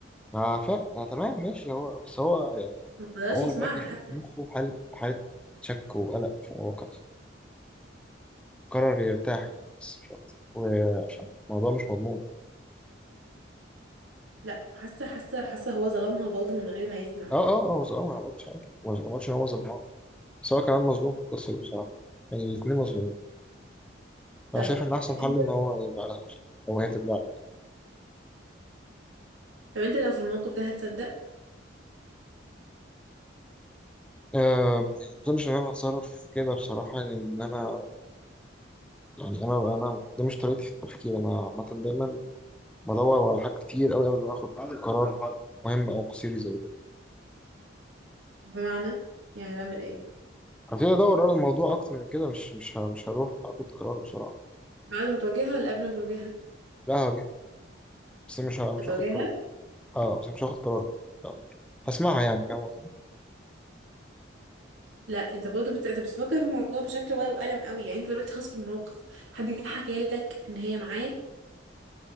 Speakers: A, in the centre; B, on the right (about 85°).
A: اه فاهم آه تمام ماشي هو بس هو يعني
B: ما قدرش
A: هو
B: يسمعها
A: دلوقتي فيه
B: حتى
A: في مخه حالة حالة شك وقلق فهو ك- قرر يرتاح يعني بس مش أكتر. وعشان الموضوع مش مضمون
B: لا حاسه حاسه حاسه هو ظلمها برضه من غير ما يسمع
A: اه اه اه هو ظلمها انا ما قلتش حاجه ما قلتش ان هو ظلمها بس هو كمان مظلوم في القصه دي بصراحه يعني الاثنين مظلومين
B: طب
A: أنا شايف إن أحسن
B: انت
A: حل إن هو يبقى على هاف أو هي تبقى على
B: طب انت لو في الموقف ده هتصدق
A: أه يعني ما أظنش إن أنا هتصرف كده بصراحة لأن أنا يعني أنا أنا ده مش طريقتي في التفكير أنا عامة دايما بدور على حاجة كتير أوي قبل ما آخد قرار مهم أو مصيري زي ده
B: بمعنى يعني هتعمل ايه
A: هبتدي أدور على الموضوع أكتر من كده مش مش ه- مش هروح آخد قرار بسرعة
B: بعد ما تواجهها ولا قبل ما تواجهها
A: لا هواجهها بس مش ه-
B: هتواجهها
A: مش هاخد قرار أه بس مش هاخد قرار لا. هسمعها يعني فاهم قصدي؟
B: لا انت برضه بت... انت بتفكر في الموضوع بشكل ورق وقلم قوي يعني انت دلوقتي خلاص في الموقف حد جه حكى لك ان هي معاه